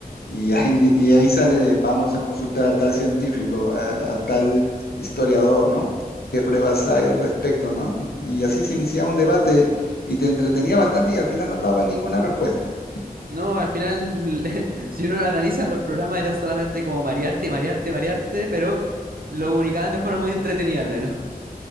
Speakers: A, on the left; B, on the right.
A: Y ahí, y ahí sale de, vamos a consultar a tal científico, a, a tal historiador, ¿no? ¿Qué pruebas hay al respecto, ¿no? Y así se iniciaba un debate y te entretenía bastante y al final no daba ninguna respuesta.
B: No, al final, <laughs> si uno lo analiza, los programas eran solamente como marearte, marearte, marearte, pero lo comunicaban de forma muy entretenida al menos.